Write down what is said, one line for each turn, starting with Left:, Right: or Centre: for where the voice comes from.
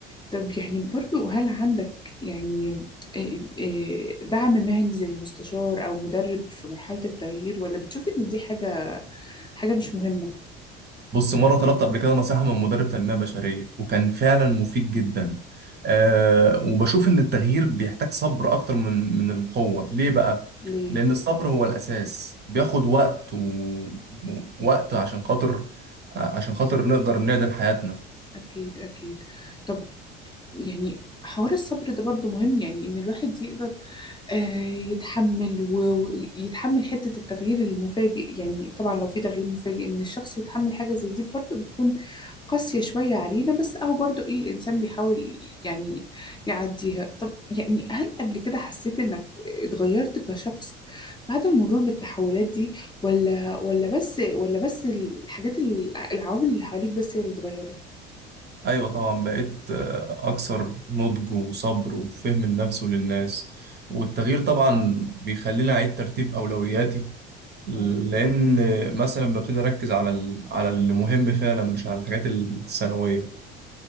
Left: طب يعني برضو هل عندك يعني آه، آه، دعم مهني زي مستشار أو مدرب في مرحلة التغيير ولا بتشوف إن دي حاجة حاجة مش مهمة
Right: بص مره طلبت قبل كده نصيحه من مدرب تنميه بشريه وكان فعلا مفيد جدا أه وبشوف ان التغيير بيحتاج صبر اكتر من من القوه ليه بقى
Left: ليه
Right: لان الصبر هو الاساس بياخد وقت و- ووقت عشان خاطر عشان خاطر نقدر نعدل حياتنا
Left: أكيد أكيد طب يعني حوار الصبر ده برضو مهم يعني إن الواحد يقدر آه، يتحمل و- ويتحمل حتة التغيير المفاجئ يعني طبعا لو في تغيير مفاجئ إن الشخص يتحمل حاجة زي دي برضو بتكون قاسية شوية علينا بس أو برضو إيه الإنسان بيحاول يعني يعديها طب يعني هل قبل كده حسيت إنك اتغيرت كشخص بعد المرور بالتحولات دي ولا ولا بس ولا بس الحاجات العوامل اللي حواليك بس هي اللي اتغيرت
Right: ايوه طبعا بقيت آه، اكثر نضج وصبر وفهم النفس وللناس والتغيير طبعا بيخليني اعيد ترتيب اولوياتي لان
Left: آه، آه.
Right: آه، مثلا ببتدي اركز على ال- على اللي مهم فعلا مش على الحاجات الثانويه